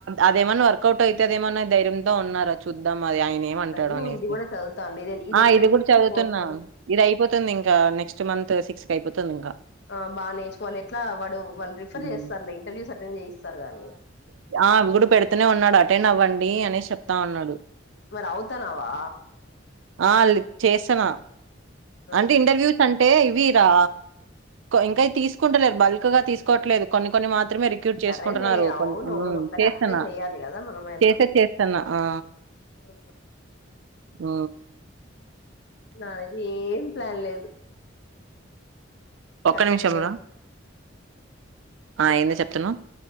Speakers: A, on the right; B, on the left.
A: అదేమన్నా వర్కౌట్ అయితే అదేమన్నా ధైర్యంతో ఉన్నారా చూద్దాం అది ఆయన ఏమంటాడు
B: చదువు
A: అనేసి
B: ఇది కూడా చదువుతాండి ఇది
A: ఆ
B: ఎప్పుడైపోతుంది
A: ఇది కూడా చదువుతున్నా
B: ఫోర్త్
A: ఇది అయిపోతుంది ఇంకా నెక్స్ట్ మంత్ సిక్స్ కి అయిపోతుంది ఇంకా
B: ఆ బాగా నేర్చుకోవాలి ఎట్లా వాడు వాళ్ళు రిఫర్
A: హ్మ్.
B: చేస్తారు ఇంటర్వ్యూస్ అటెండ్ చేయిస్తారు కాగానీ
A: ఆవి కూడా పెడుతనే ఉన్నాడు అటెండ్ అవ్వండి అనే చెప్తా ఉన్నాడు
B: మరి అవుతానావా
A: ఆ చేస్తనా
B: హ్మ్
A: అంటే ఇంటర్వ్యూస్ అంటే అంటే ఇవి రా ఇంకా తీసుకుంటలేదు బల్క్ గా తీసుకోవట్లేదు కొన్ని కొన్ని మాత్రం మాత్రమే రిక్రూట్ చేసుకుంటున్నారు
B: సరేలే అవునవును
A: కొ
B: కానీ
A: చేస్తున్నా
B: అప్లై చెయ్యాలి కదా మనమైనా
A: చేస చేస్తాన్నా ఆ
B: హ్మ్.
A: ఆ
B: నా ఏం ప్లాన్ లేదు
A: ఒక్క
B: చక్కగా
A: నిమిషం రా ఆ ఏంద చెప్తున్నా